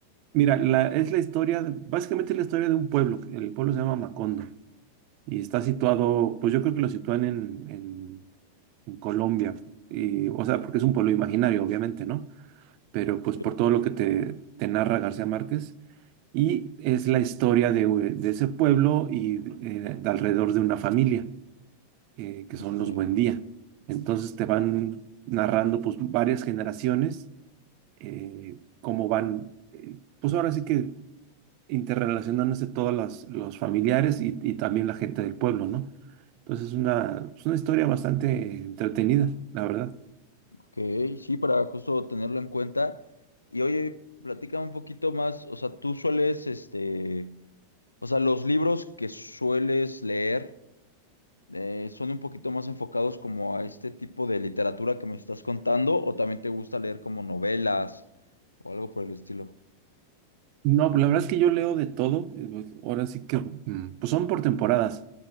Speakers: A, on the right; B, on the left.
A: mira, la, es la historia, de- básicamente es la historia de un pueblo, que el pueblo se llama Macondo, y está situado, pues yo creo que lo sitúan en, en, en Colombia, y, o sea, porque es un pueblo imaginario, obviamente, ¿no? Pero pues por
B: Sí.
A: todo lo que te, te narra García Márquez. Y es la historia de, u- de ese pueblo y eh, de alrededor de una familia, eh, que son
B: Ok.
A: los Buendía. Entonces te van narrando pues varias generaciones, eh, cómo van, eh, pues ahora sí que interrelacionándose todas las, los familiares y, y también la gente del pueblo, ¿no? Entonces es una, es una historia bastante entretenida, la verdad.
B: Ok, sí, para justo tenerlo en cuenta. Y oye, platica un poquito más, o sea, tú sueles, este, o sea, los libros que sueles leer. Eh, ¿son un poquito más enfocados como a este tipo de literatura que me estás contando o también te gusta leer como novelas o algo por el estilo?
A: No, pues, la verdad es que yo leo de todo. eh, pues, Ahora sí que, mm, pues son por temporadas.